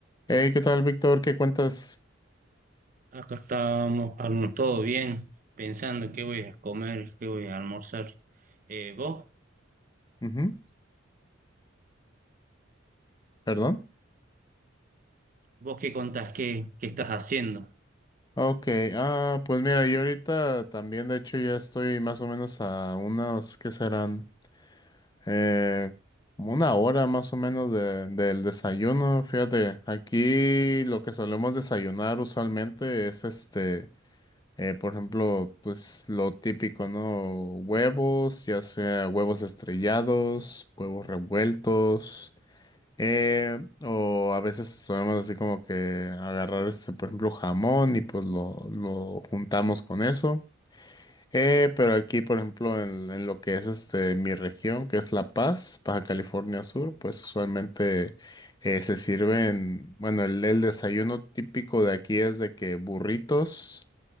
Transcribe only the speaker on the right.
Acá estábamos, almo- todo bien, pensando qué voy a comer, qué voy a almorzar. Eh, ¿vos?
¿Vos qué contás? ¿Qué, qué estás haciendo?